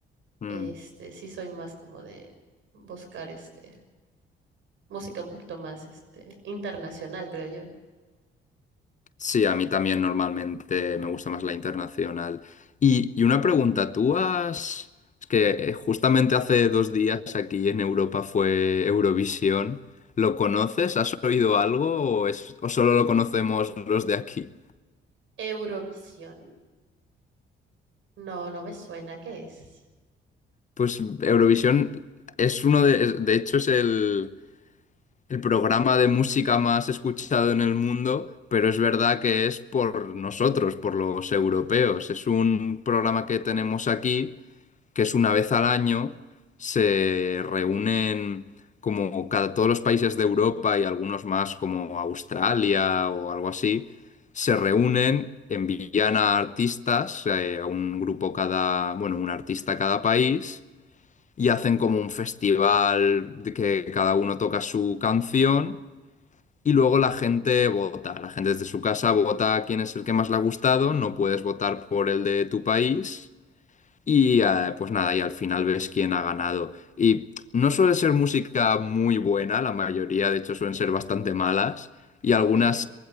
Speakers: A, on the left; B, on the right.
A: Mm.
B: Este, sí soy más como de buscar este, música un poquito más este, internacional, creo yo.
A: Sí, a mí también normalmente me gusta más la internacional. Y, y una pregunta, tú has... Es que eh, justamente hace dos días aquí en Europa fue Eurovisión. ¿Lo conoces? ¿Has oído algo o, es, o solo lo conocemos los de aquí?
B: Eurovisión, no, no me suena, ¿qué es?
A: Pues Eurovisión es uno de, es- de hecho es el, el programa de música más escuchado en el mundo, pero es verdad que es por nosotros, por los europeos. Es un programa que tenemos aquí, que es una vez al año, se reúnen como cada, todos los países de Europa y algunos más como Australia o algo así, se reúnen, envían a artistas, eh, a un grupo cada, bueno, un artista a cada país y hacen como un festival de que cada uno toca su canción y luego la gente vota. La gente desde su casa vota quién es el que más le ha gustado, no puedes votar por el de tu país y eh, pues nada, y al final ves quién ha ganado. Y no suele ser música muy buena, la mayoría de hecho suelen ser bastante malas. Y
B: Ok.
A: algunas,